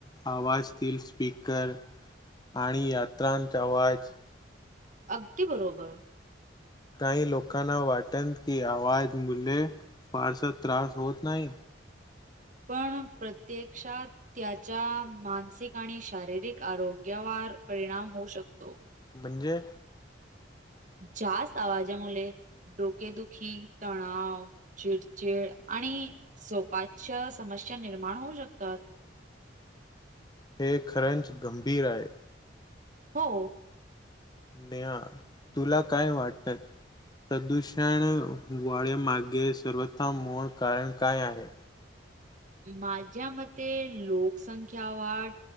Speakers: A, on the left; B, on the right.
A: आवाजातील स्पी कर आणि यत्रांचा आवाज.
B: अगदी बरोबर.
A: काही लोकांना वाटन की आवाज मुले फारसा त्रास होत नाही.
B: पण प्रत्यक्षात त्याच्या मानसिक आणि शारीरिक आरोग्यावर परिणाम होऊ शकतो.
A: म्हणजे?
B: जास्त आवाजामुळे डोकेदुखी तणाव चिडचिड आणि झोपाच्या समस्या निर्माण होऊ शकतात.
A: हे खरंच गंभीर आहे.
B: हो.
A: नेहा तुला काय वाटतं. प्रदूषण वाढयामागे सर्वतः मूळ कारण काय आहे.
B: माझ्या मते लोकसंख्या वाढ